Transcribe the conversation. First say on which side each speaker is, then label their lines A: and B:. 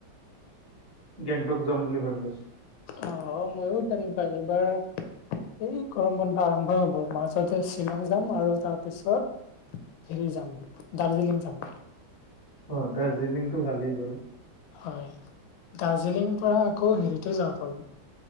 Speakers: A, on the left; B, on the left.
A: গেংটক যাম বুলি ভাবি আছো।
B: অ মইয়ো তেনেকুৱা এইবাৰ, এই গৰম বন্ধ আৰম্ভ হ'ব মাজতে শ্বিলং যাম আৰু তাৰপিছত, হৰি যাম দাৰ্জিলিং যাম।
A: অ দাৰ্জিলিং টো ভালেই বাৰু
B: হয়। দাৰ্জিলিং পৰা আকৌ হেৰিত যাব পাৰোঁ।